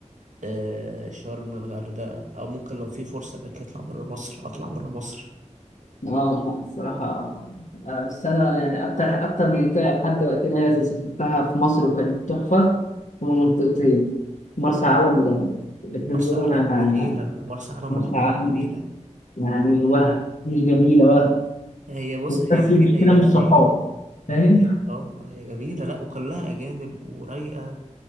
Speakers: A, on the right (about 75°); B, on the left (about 75°).
A: آه شرم الغردقه او ممكن لو في فرصه جات لي اطلع بره مصر اطلع بره مصر
B: اه لا الصراحه آه، بس انا يعني اكتر اكتر منطقه لحد وقتنا هذا سافرتها في مصر وكانت تحفه هما منطقتين مرسى علم ودهب الاثنين
A: مرسى
B: دول
A: علم
B: انا
A: جميله
B: أنا-
A: مرسى علم
B: مرسى
A: رحتها
B: علم
A: جميله
B: يعني وهم مش جميله وهم
A: هي بص
B: بس
A: هي مدينة
B: المشكله
A: هي
B: مش صحاب
A: هي
B: فاهم
A: هي- اه هي جميلة لا وكلها أجانب ورايقة